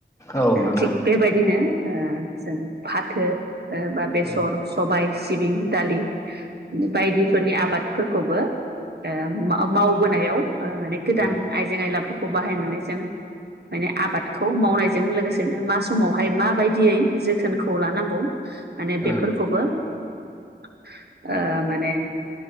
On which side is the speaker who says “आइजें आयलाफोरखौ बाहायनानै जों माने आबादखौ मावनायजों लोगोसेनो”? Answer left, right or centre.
Right